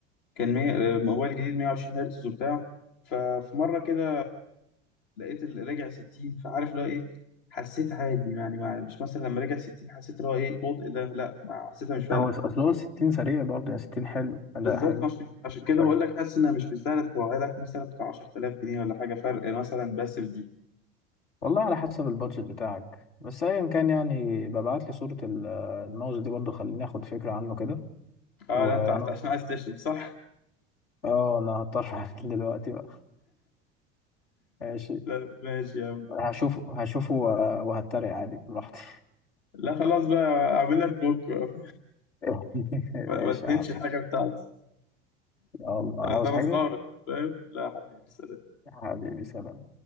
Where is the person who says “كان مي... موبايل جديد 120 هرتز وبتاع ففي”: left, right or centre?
Left